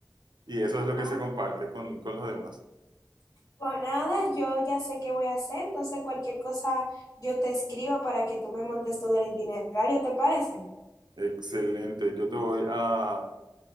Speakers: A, on the right; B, on the left.
A: Y eso es lo que se
B: ok.
A: comparte con, con los demás.
B: Pues nada, yo ya sé qué voy a hacer, entonces cualquier cosa yo te escribo para que tú me montes todo el itinerario, ¿te parece?
A: Excelente, yo te voy a